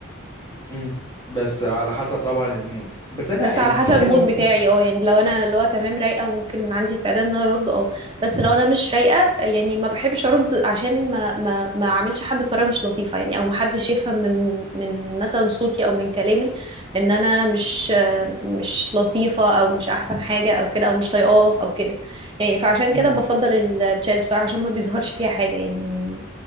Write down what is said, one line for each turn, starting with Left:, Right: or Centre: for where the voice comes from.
Left: مم. بس على حسب طبعا المود بس انا
Right: بس
Left: انت
Right: على حسب
Left: شايفه
Right: المود
Left: مثلا
Right: بتاعي اه يعني لو انا اللي هو تمام رايقه وممكن عندي استعداد ان انا ارد اه بس لو انا مش رايقه يعني ما بحبش ارد عشان ما ما ما اعملش حد بطريقه مش لطيفه يعني او ما حدش يفهم من من مثلا صوتي او من كلامي ان انا مش
Left: مم.
Right: مش لطيفه او مش احسن حاجه او كده او مش طايقاه او كده يعني فعشان
Left: مم.
Right: كده بفضل ال- الشات بصراحه عشان ما بيظهرش فيها حاجه يعني